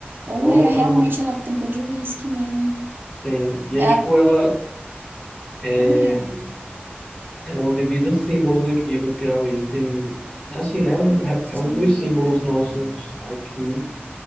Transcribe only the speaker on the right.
Olha,
realmente ela tem cor de uísque mesmo.
Ela...
Olha,
São
Geraldo.